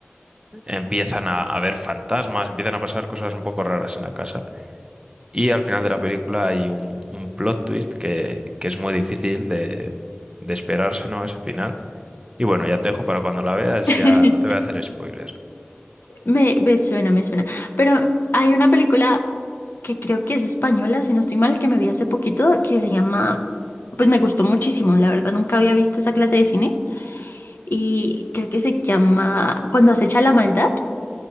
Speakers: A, on the right; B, on the left.
A: empiezan a, a ver fantasmas, empiezan a pasar cosas un poco raras en la casa. Y al final de la película hay un, un plot twist que, que es muy difícil de, de esperarse, ¿no? Ese final. Y bueno, ya te dejo para cuando la veas,
B: <laughs>
A: ya no te voy a hacer spoilers.
B: Me, me suena, me suena. Pero hay una película que creo que es española, si no estoy mal, que me vi hace poquito, que se llama, pues me gustó muchísimo, la verdad, nunca había visto esa clase de cine. Y creo que se llama Cuando acecha la maldad.